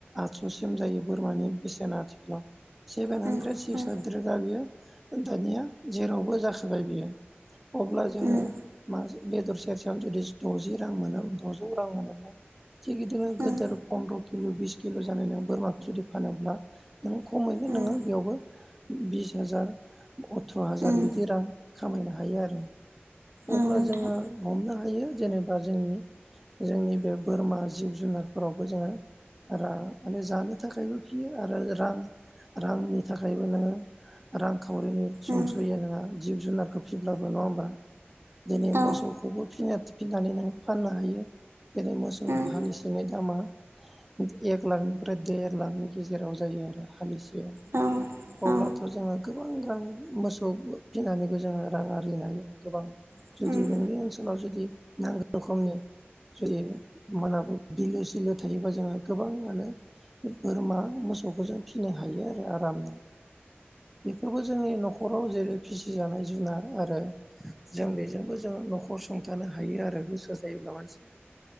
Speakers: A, in the centre; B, on the right (about 80°).
A: आदससिम जायो बोरमानि बेसेना आथिखालाव। सेभेन
B: उम
A: हानद्रेद सिक्स
B: उम
A: हानद्रेद दा बेयो दानिया जेरावबो जाखोबाय बियो अब्ला जोङो
B: उम
A: बेदर सेरसेयावनो जुदि द'जि रां मोनो बा द'जौ रां मोनोब्ला थिग बिबायदिनो
B: उम
A: गिदिर फन्द्र'। बिस किल' जानाय नों बोरमाखौ जुदि फानोब्ला नोंङो खमैनो
B: उम
A: नोङो बेयावबो बिस हाजार अथ्रहाजार
B: उम
A: बिदि रां खामायनो हायो आरो
B: औ
A: अब्ला
B: नोंथां
A: जोङो हमनो हायो जेनेबा जोंनि जोंनि बे बोरमा जिब जुनारफोरावबो जोङो माने जानो थाखायबो फियो आरो रां रांनि थाखायबो नोङो रांखावरिनि सुंसयो
B: उम
A: नोङा जिब जुनारखौ फिसिब्लाबो नङा होमबा दिनै
B: औ
A: मोसौखौबो फिनो फिनानै नों फाननो हायो जेरै मोसौ
B: उम
A: हालसेनि दामा एक लाखनिफ्राय देर लाखनि गेजेराव जायो आरो हालिसेयाव।
B: औ
A: अब्लाथ'
B: औ
A: जोङो गोबां रां मोसौ फिनानैबो जोङो रां आरजिनो हायो गोबां
B: उम
A: जुदि
B: उम
A: नोंनि ओनसोलाव जुदि नांगौ रोखोमनि जुदि मोना बिलो सिलो थायोबा जोंहा गोबाङानो बोरमा मोसौखौ जों फिसिनो हायो आरो आरामनो। बेफोरखौ जोंनि नखराव जेरै फिसिजानाय जुनार आरो जों बेजोंबो जों नखर सुंथानो हायो आरो गोसो जायोब्ला मानसिया